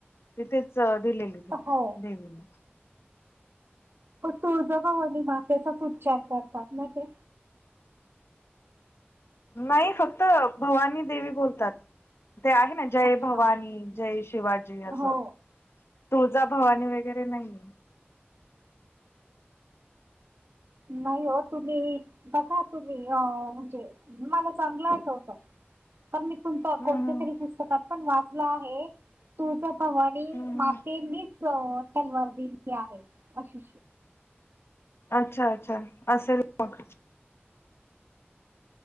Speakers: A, on the left; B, on the right.
A: तिथेच दिलेली ती
B: हो
A: देवीने.
B: तुळजाभवानी मातेचाच उच्चार करतात ना ते.
A: नाही फक्त भवानी देवी बोलतात ते आहे ना. जय
B: अच्छा
A: भवानी जय शिवाजी असं
B: हो
A: तुळजा भवानी वगैरे नाहीे.
B: नाही हो तुम्ही बघा तुम्ही अ म्हणजे मला चांगलं आठवत. कारण मी तुम
A: हम्म
B: कोणत्या
A: हम्म
B: तरी पुस्तकात पण वाचला आहे. तुळजाभवानी
A: हम्म
B: मातेंनीच
A: हम्म.
B: तलवार दिली आहे अशी
A: अच्छा अच्छा असेल मग.